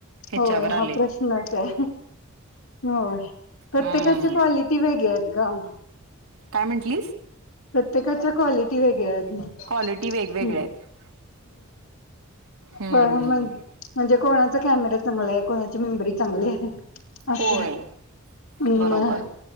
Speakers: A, on the right; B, on the left.
A: ह्याच्यावर
B: होय
A: आले
B: हा प्रश्नच अय होय प्रत्येकाची
A: हम्म
B: क्वालिटी वेगळे हायत ग
A: काय म्हंटलीस
B: प्रत्येकाच्या क्वालिटी वेगळ्यात
A: क्वालिटी वेगवेगळ्या
B: हम्
A: आहेत हम्म
B: पण मग म्हणजे कोणाचा कॅमेरा चां कोणाची मेंबरी चांगली आहे अस
A: होय
B: ह्
A: बरोबर